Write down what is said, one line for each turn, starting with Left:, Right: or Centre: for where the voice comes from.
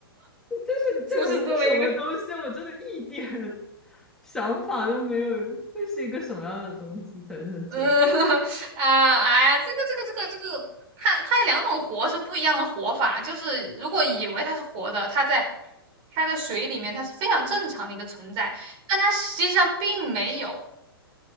Centre: 这是这能是什么东西？
Right: 就是这么一个。
Centre: 我真的一点 <laughs> 想法都没有，会是一个什么样的东西才是这样
Right: 呃 <laughs> 啊，哎呀，这个这个这个这个，它它有两种活是不一样的活法。就是如果以为它是活的，它在它在水里面，它是非常正常的一个存在，但它实际上并没有。